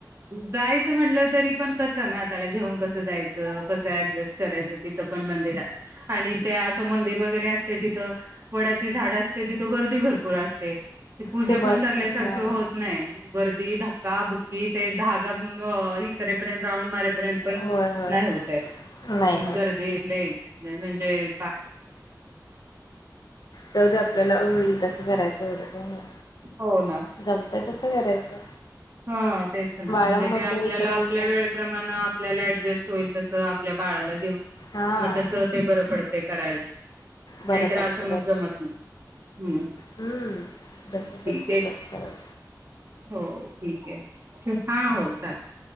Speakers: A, on the right; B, on the left.
A: जायचं म्हटलं तरी पण कसं ना त्याला घेऊन कसं जायचं कसं ऍडजस्ट करायचं. तिथं पण मंदिरात आणि ते असं मंदिर वगैरे असते तिथं वडाची झाड असते तिथं गर्दी भरपूर असते. ते पूजा
B: खूप
A: पण
B: असते
A: करल्यासारख
B: हां
A: अस होत नाही गर्दी धा का बुक्की ते धागा हे करेपर्यंत राऊंड मारे पर्यंत पण
B: होय होय
A: नाही होतय
B: नाही
A: गर्दी लई म्हणजे जे
B: जावू दे आपल्याला होईल तसं करायचं एवढं
A: हो
B: जमतय तस करायचं.
A: ह तेच ना
B: बाळा
A: म्हणजे
B: मोठे
A: ते आपल्याला
B: होईपर्यंत
A: आपल्या वेळेप्रमाण आपल्याला ऍडजस्ट होईल तस आपल्या बाळाला घेऊन
B: हां
A: मग तस ते बर पडंतय. करायला.
B: बरं
A: नाहीतर
B: पडतं
A: असं मग
B: बरं
A: जमत नाही. हम्म
B: हम्म जस
A: ठीक
B: शक्य
A: आहे
B: तस करा
A: हो ठीक आहे हा हो चालतय.